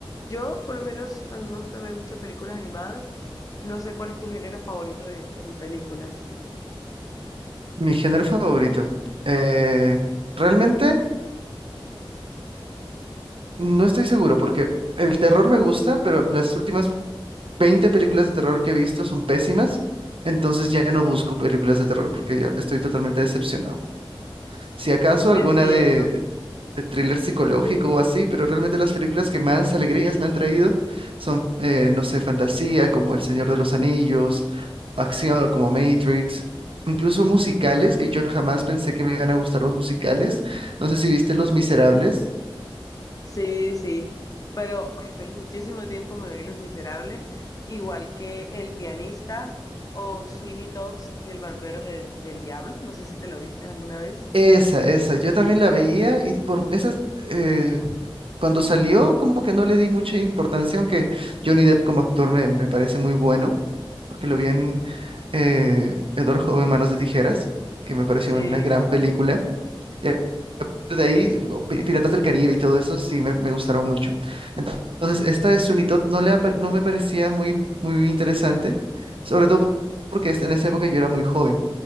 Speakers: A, on the left (about 40°); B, on the right (about 70°).
A: Yo, por lo menos, a mí me gusta ver muchas películas animadas. No sé cuál es tu género favorito de, en películas.
B: Mi género favorito. Eh, realmente no estoy seguro porque el terror me gusta, pero las últimas 20 películas de terror que he visto son pésimas. Entonces ya no busco películas de terror porque ya estoy totalmente decepcionado. Si acaso
A: Te
B: alguna
A: entiendo.
B: de, de thriller psicológico o así, pero realmente las películas que más alegrías me han traído son, eh, no sé, fantasía como El Señor de los Anillos, acción como Matrix, incluso musicales, que yo jamás pensé que me iban a gustar los musicales. No sé si viste Los Miserables.
A: Sí, sí, pero hace muchísimo tiempo me oí Los Miserables, igual que El Pianista o Sweeney Tox y El Barbero del, del Diablo, no sé si te lo viste alguna vez.
B: Esa, esa, yo también la veía y por esas, eh, cuando salió como que no le di mucha importancia, aunque Johnny Depp como actor me, me parece muy bueno, porque lo vi en eh, Edward Joven Manos de Tijeras, que me pareció
A: Sí,
B: una gran película,
A: <laughs>
B: y de ahí, o Pi- Piratas del Caribe y todo eso, sí me, me gustaron mucho. Entonces, esta de Sunito no, le, apa- no me parecía muy, muy interesante, sobre todo porque es- en esa época yo era muy joven.